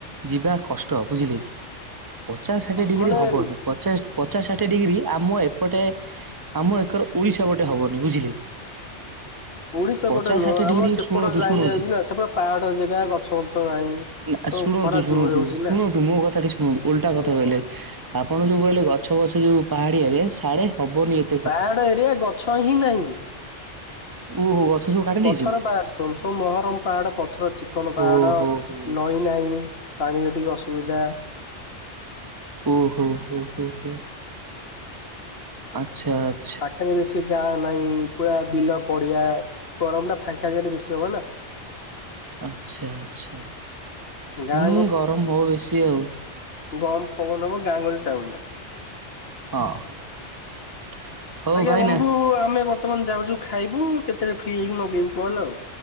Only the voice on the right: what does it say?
ଯିବା କଷ୍ଟ, ବୁଝିଲେ କି? ପଚାଶ ଷାଠିଏ
ଡିଗ୍ରୀ
ହବନି। ପଚାଶ ପଚାଶ ଷାଠିଏ ଡିଗ୍ରୀ ଆମ ଏପଟେ, ଆମ ଏକର ଓଡ଼ିଶା ପଟେ ହବନି, ବୁଝିଲେ?
ପଚାଶ
ଷାଠିଏ
ଡିଗ୍ରୀ
ଶୁଣନ୍ତୁ
ଶୁଣନ୍ତୁ
ନା
ଶୁଣନ୍ତୁ,
ଶୁଣନ୍ତୁ,
ଶୁଣନ୍ତୁ,
ମୋ କଥାଟି ଶୁଣନ୍ତୁ, ଓଲଟା କଥା
କହିଲେ
ଆପଣ ଯୋଉ କହିଲେ ଗଛ ବଛ ଯୋଉ ପାହାଡିଆରେ, ସାଡେ ହବନି ଏ
ଓହୋ, ଗଛ ସବୁ କାଟି
ଦେଇଛନ୍ତି
ଓହୋ
ହୋ ହୋ
ଓହୋ ହୋ, ହୋ, ହୋ, ଆଚ୍ଛା, ଆ
ଆଚ୍ଛା ଆଚ୍ଛା। ହୁଁ,
ଗରମ ହବ ବେଶୀ ଆଉ।
ହଁ। ହଉ
ଭାଇନା